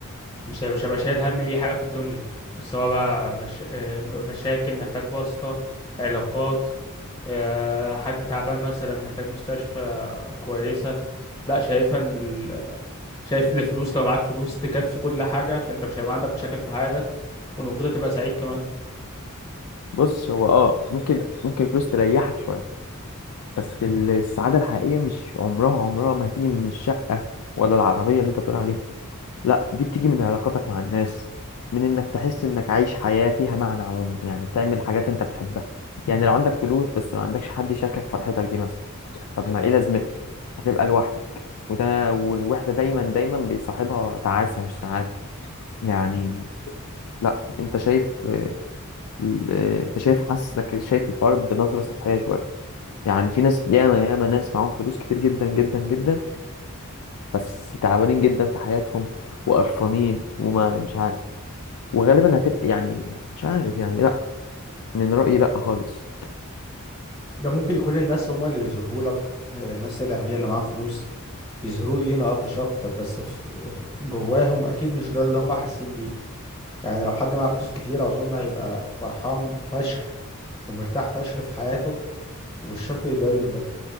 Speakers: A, on the left (about 15°); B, on the left (about 85°).
A: مش هبقى مش هبقى شايل هم اي حاجه في الدنيا سواء بقى مش... آه، م- مشاكل محتاج واسطه علاقات آه، حد تعبان مثلا محتاج مستشفى كويسه لا شايفها ان ال... شايف ان الفلوس لو معاك فلوس تكفي كل حاجه فانت مش هيبقى عندك مشاكل في حياتك والمفروض تبقى سعيد كمان
B: بص هو اه ممكن ممكن الفلوس تريحك شويه بس ال- السعاده الحقيقيه مش عمرها عمرها ما هتيجي من الشقه ولا العربيه اللي انت بتقول عليها لا دي بتيجي من علاقاتك مع الناس من انك تحس انك عايش حياه فيها معنى عموما يعني بتعمل حاجات انت بتحبها يعني لو عندك فلوس بس ما عندكش حد يشاركك فرحتك دي مثلا طب ما ايه لازمتها هتبقى لوحدك وده والوحده دايما دايما بيصاحبها تعاسه مش سعاده يعني لا انت شايف ال- آه، انت شايف حاسس انك شايف الحوار بنظره سطحيه شويه يعني في ناس ياما ياما ناس معاهم فلوس كتير جدا جدا جدا بس تعبانين جدا في حياتهم وقرفانين وما مش عارف وغالبا هتبقى يعني مش عارف يعني لا من رايي لا خالص
A: ده ممكن يكون الناس هما اللي بيظهروا لك الناس الأغنياء اللي معاهم فلوس بيظهروا لينا أبيش أكتر بس في في- جواهم أكيد مش ده اللي هما حاسين بيه يعني لو حد معاه فلوس كتير أظن هيبقى فرحان فشخ ومرتاح فشخ في حياته ومش شرط يبين ده